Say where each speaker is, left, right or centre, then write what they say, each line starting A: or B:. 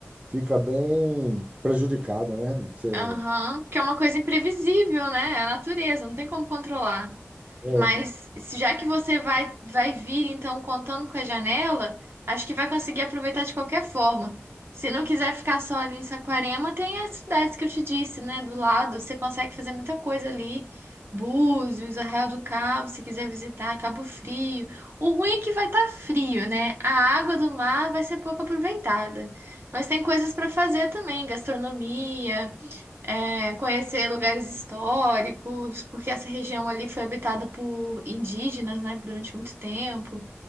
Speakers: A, on the right; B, on the right.
A: fica bem prejudicada, né? Você,
B: Aham, que é uma coisa imprevisível, né? É a natureza, não tem como controlar.
A: é, é,
B: Mas se- já que você vai, vai vir, então, contando com a janela, acho que vai conseguir aproveitar de qualquer forma. Se não quiser ficar só ali em Saquarema, tem as cidades que eu te disse, né? Do lado, você consegue fazer muita coisa ali. Búzios, Arraial do Cabo, se quiser visitar, Cabo Frio. O ruim é que vai estar frio, né? A água do mar vai ser pouco aproveitada. Mas tem coisas para fazer também, gastronomia é, conhecer lugares históricos, porque essa região ali foi habitada por indígenas, né, durante muito tempo.